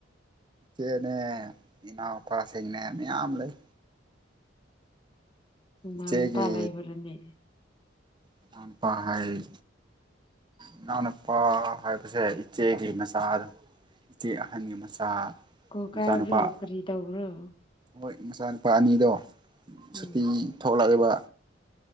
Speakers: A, on the right; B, on the left.
A: ꯆꯦ ꯅꯅꯦ ꯏꯅꯥꯎ ꯀ ꯁꯅꯦ ꯃꯌꯥꯝꯝ ꯂꯩ
B: ꯅꯅ
A: ꯏꯆꯦꯒꯤ
B: ꯄꯂ ꯏꯕ꯭ꯔꯅꯦ
A: ꯏꯅꯥꯎꯅꯨꯄꯥ ꯍꯥꯏ ꯏꯅꯥꯎꯅꯨꯄꯥ ꯍꯥꯏꯕꯁꯦ ꯏꯆꯦꯒꯤ ꯃꯆꯥꯗꯣ ꯏꯆꯦ ꯑꯍꯟꯒꯤ ꯃꯆꯥ
B: ꯀꯣ ꯀꯥꯕ꯭ꯔꯣ
A: ꯃꯆꯥꯅꯨꯄꯥ
B: ꯀꯔꯤ ꯇꯧꯕ꯭ꯔꯣ
A: ꯍꯣꯏ ꯃꯆꯥꯅꯨꯄꯥ ꯑꯅꯤꯗꯣ ꯁꯇꯤ
B: ꯎꯝ
A: ꯊꯧꯕ ꯂꯒꯦ ꯋꯥ